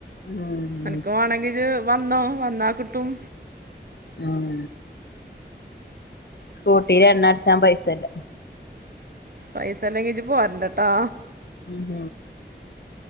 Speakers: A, on the left; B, on the right.
A: ഉം
B: എനക്ക് വേണെങ്കിത് വന്നോ വന്നാ കിട്ടും
A: ഉം സ്കൂട്ടിൽ എണ്ണ അടച്ച പൈസല്ല
B: പൈസല്ലാംങ്കച്ചി പോരണ്ടട്ടാ
A: ഉം